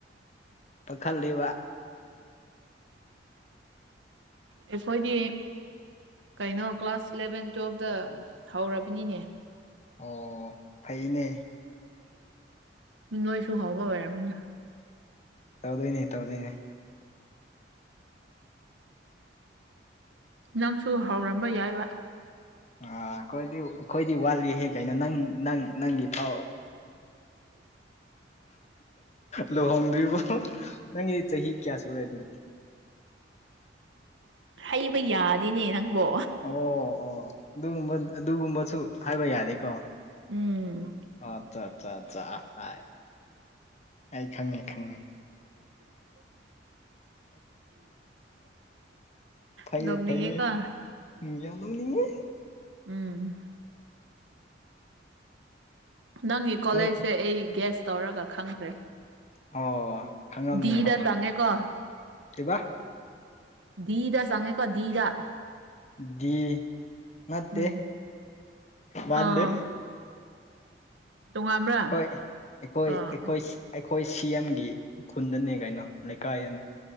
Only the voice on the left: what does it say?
ꯄꯥꯈꯜ ꯂꯩꯕ
ꯑꯣ ꯐꯩꯅꯦ꯫
ꯇꯧꯗꯣꯏꯅꯤ ꯇꯧꯗꯣꯏꯅꯤ
ꯑ ꯑꯩꯈꯣꯏꯗꯤ ꯑꯩꯈꯣꯏꯗꯤ ꯋꯥꯠꯂꯤꯍꯦ ꯀꯩꯅꯣ ꯅꯪ ꯅꯪ ꯅꯪꯒꯤ ꯊꯥꯎ ꯂꯨꯍꯣꯡꯗ꯭ꯔꯤꯕꯣ ꯅꯪꯒꯤ ꯆꯍꯤ ꯀꯌꯥ ꯁꯨꯔꯦ ꯑꯗꯨꯗꯤ
ꯑꯣ ꯑꯣ ꯑꯗꯨꯒꯨꯝꯕ ꯑꯗꯨꯒꯨꯝꯕꯁꯨ ꯍꯥꯏꯕ ꯌꯥꯅꯤꯀꯣ
ꯑꯠꯆꯥ ꯑꯠꯆꯥ ꯑꯠ ꯍꯥꯏ ꯑꯩ ꯈꯪꯉꯦ ꯈꯪꯉꯦ꯫ ꯐꯩꯌꯦ
ꯐꯩꯌꯦ ꯃꯤ ꯌꯥꯝ ꯅꫭꯛꯅꯤꯡꯉꯦ꯫
ꯅꯣꯏ
ꯑꯣ ꯈꯪꯉꯝꯅꯤ
ꯍꯣꯏ
ꯀꯩꯕꯥ
ꯗꯤꯏ ꯅꯠꯇꯦ
ꯃꯥꯟꯗꯦ꯫
ꯍꯣꯏ ꯑꯩꯈꯣꯏ
ꯑꯩꯈꯣꯏ ꯑꯩꯈꯣꯏ ꯁꯤ ꯑꯦꯝꯒꯤ ꯈꯨꯟꯗꯅꯦ ꯀꯩꯅꯣ ꯂꯩꯀꯥꯏꯗꯅꯦ꯫